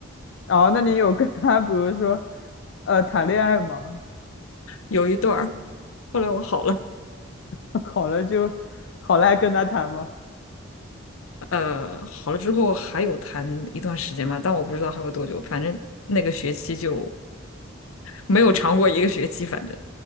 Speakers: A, on the left; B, on the left.
A: 哦，那你有跟他，比如说，呃，谈恋爱吗？
B: 有一段儿。后来我好了，
A: <laughs> 好了就，好了还跟他谈吗？
B: 呃，好了之后还有谈一段时间嘛，但我不知道还有多久，反正那个学期就没有长过一个学期，反正